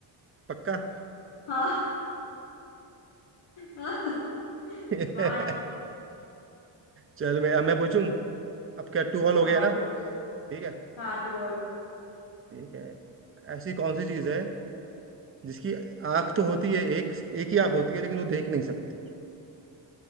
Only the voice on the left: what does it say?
हाँ स्मार्ट
हाँ
पूछ
हाँ टू ऑल हो गया